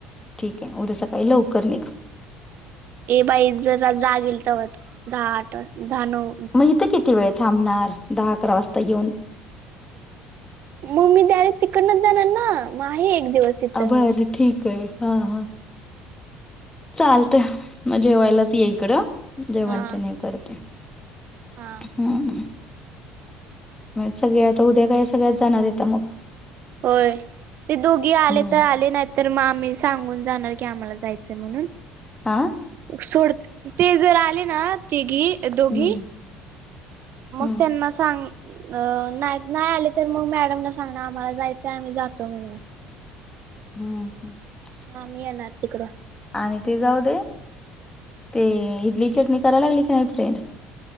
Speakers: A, on the left; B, on the right.
A: ठीक आहे. उद्या सकाळी लवकर निघ.
B: ए बाई जरा जाग येईल तवाच दहा-आठ वाज दहा-नऊ.
A: मग इथं किती वेळ थांबणार? दहा अकरा वाजता येऊन
B: मग मी डायरेक्ट तिकडनच जाणार ना, मग आहे एक दिवस तिथं
A: बर
B: मी
A: ठीक आहे. हा हां चालतय, मग जेवायलाच या इकडं जेवण
B: हा
A: तेन हे करते.
B: हा
A: हम्म म सगळी आता उद्या काय? सगळ्याच जाणार आहेता मग
B: होय, ते दोघी आले
A: हम्म
B: तर आले नाही तर मग आम्ही सांगून जाणार की, आम्हाला जायचंय म्हणून
A: हां
B: सोड. ते जर आले ना तिघी दोघी
A: हम्म
B: मग
A: हम्म
B: त्यांना सांग अ नाही, नाही आले तर मग मॅडमला सांगणार आम्हाला जायचंय आम्ही जातो म्हणून
A: हम्म ह
B: मामी येणार तिकडं
A: आणि ते जाऊ दे, ते इडली चटणी करायला लागली की नाही फ्रेंड?